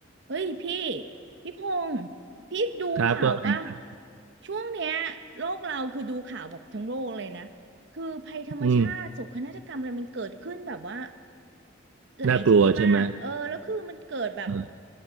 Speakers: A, on the right; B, on the right.
A: เอ้ยพี่พี่พงษ์พี่ดูข่าวป่ะ
B: ครับก็ไง
A: ช่วงเนี้ยโลกเราคือดูข่าวแบบทั้งโลกเลยนะคือภัยธรรมชาติโศกนาฏกรรมอะไรมันเกิดขึ้นแบบว่า
B: อืม
A: หลายที่มากเออแล้วคือมันเกิดแบบ
B: น่ากลัวใช่ไหมอืม